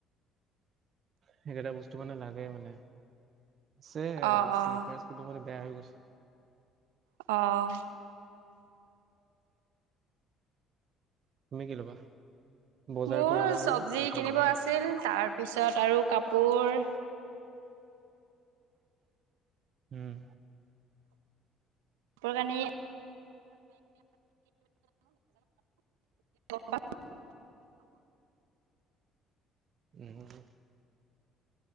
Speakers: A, on the right; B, on the right.
A: সেইকেইটা বস্তু মানে লাগে মানে, আছে
B: অ', অ',
A: শ্লিপাৰচ, কিন্তু মানে বেয়া হৈ গৈছে।
B: অ',
A: তুমি কি ল'বা? বজাৰ
B: মোৰ
A: কৰিবা
B: চব্জি
A: আৰু কাপোৰ
B: কিনিব
A: ল'বা
B: আছিল,
A: ন
B: তাৰপিছত আৰু কাপোৰ
A: উম।
B: পোৰ কানি <unintelligible> <inaudible>
A: উম'